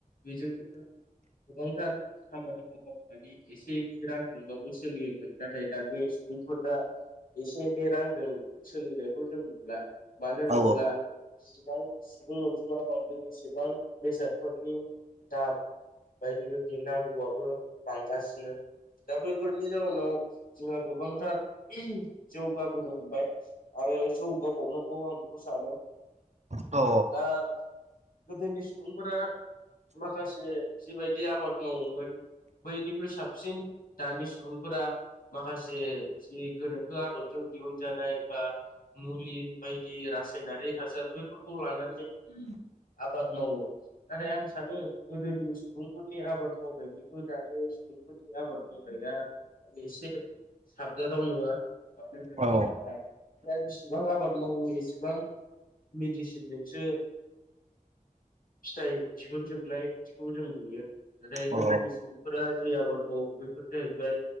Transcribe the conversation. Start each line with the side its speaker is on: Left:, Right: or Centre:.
Left: बेजोंनो गोबांथार खामानिखौ मावनानै एसे एनै रांजोंबाबो सोलियोमोन नाथाय दानि बे सुबुंफोरना एसे एनै रांजों सोलिनायखौ जों नुला। मानो होनोब्ला
Right: औ
Left: गोबां सुबुं अनजिमा बांदों बेसेबां बेसादफोरनि दाम। बायदि बायदि नांगौआबो बांगासिनो दा बैफोरनि जाउनाव जोंहा गोबांथार जौगाबोनो हमबाय आरो जौगाबावनो। आं बेखौ सानो।
Right: औ।
Left: दा गोदोनि सुबुंफोरा माखासे जिबायदि आबाद मावोमोन बैनिख्रुइ साबसिन दानि सुबुंफोरा माखासे जि गोनोखो आदबजों दिहुन जानाय बा मुलि बायदि रासायनारि हासार बैफोरखौ लानानै आबाद मावो नाथाय आं सानो गोदोनि सुबुंफोरनि आबाद मावनाय बेखौ दानि सुबुंफोरनि आबाद मावनाय एसे साबजाथाव नङा। मानो होनोब्ला
Right: औ।
Left: दानिफ्राय जेसेबां आबाद मावो एसेबां मेडिसिनजोंसो
Right: <inaudible>
Left: फिथाइ दिहुनजोबनाय बिदिखौ जों नुयो नाथाय गोदोनि
Right: औ
Left: सुबुंफोरा जि आबाद मावो बे फोर जाहैबाय